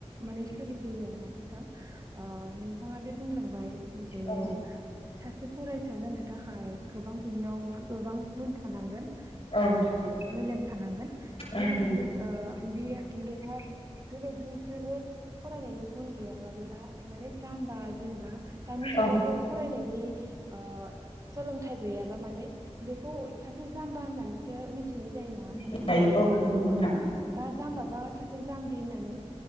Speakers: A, on the right; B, on the left.
A: माने सोलों होयो आरोना नोंथां नोंथाङा ओ बे बुंलांबाय जे
B: औ
A: सासे फरायसा जानो थाखाय गोबां बिनियाव गोबां गुन थानांगोन
B: औ
A: बिनियाव
B: थांगौ
A: मेलेम थानांगोन बेबायदि
B: औ नंगौ
A: ओ बि बेहा बेबायदि जेबो फरायनायनि गुन गैयाब्ला बेहा माने जाम्बा जेनेबा दानि जुगावथ'
B: औ
A: फरायनायनि ओ सोलोंथाइ गैयाबा माने बेखौ सासे जाम्बा होननानैसो मिथिनाय जायो नङा ओमबा
B: दायो
A: नोंथां
B: औ नंगौ नोंथां
A: औ बा जाम्बाबा सासे जाम्बि होननानै